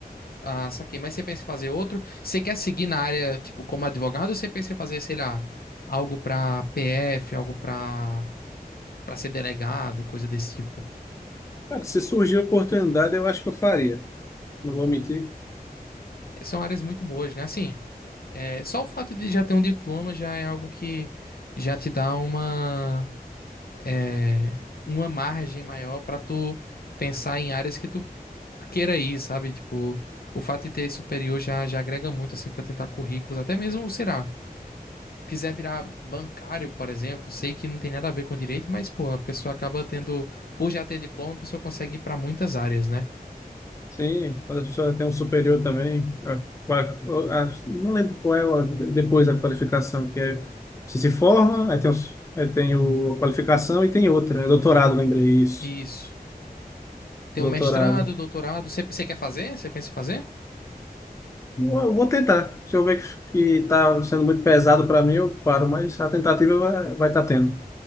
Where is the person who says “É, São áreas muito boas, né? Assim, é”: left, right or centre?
Left